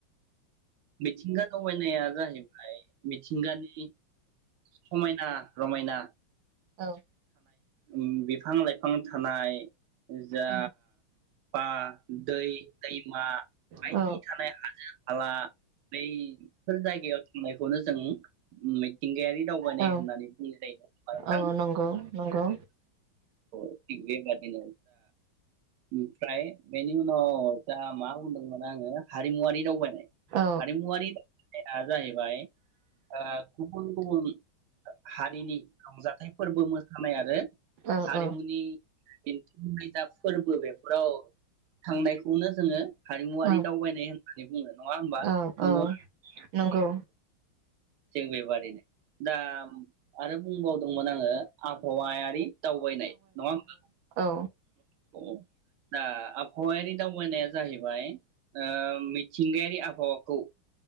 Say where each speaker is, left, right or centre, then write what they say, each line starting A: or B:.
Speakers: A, on the right; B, on the right.
A: मिथिंगा दावबायनाया जाहैबाय मिथिंगानि समायना रमायना।
B: औ।
A: उम बिफां लाइफां थानाय। जा
B: औ
A: बा दै दैमा बायदि
B: औ
A: थानाय हाजो। खाला बैफोर जायगायाव थांनायखौनो जों मिथिंगायारि दावबायनाय
B: औ
A: होननानै बुंनाय <unintelligible> नोंथां
B: औ नंगौ नंगौ
A: अ थिग बेबादि। <unintelligible> ओमफ्राय बेनि उनाव दा मा बुंदोंमोन आङो हारिमुआरि दावबायनाय। हारिमुआरि
B: औ
A: <unintelligible> जाहैबाय ओ गुबुन गुबुन हारिनि रंजाथाइ फोर्बो मोसानाय आरो
B: औ
A: हारिमुनि
B: औ
A: दिन्थिफुंनाय जा फोर्बो बेफोराव थांनायखौनो जोङो हारिमुआरि
B: औ
A: दावबायनाय होन जे बुङो नङा होमबा?
B: औ
A: नंगौ
B: औ नंगौ
A: थिग बेबादैनो दा आरो बुंबावदोंमोन आङो आबहावायारि दावबायनाय नङा होमबा
B: औ
A: <unintelligible> दा आब हवायारि दावबायनाया जाहैबाय ओ मिथिंगायारि आबहावाखौ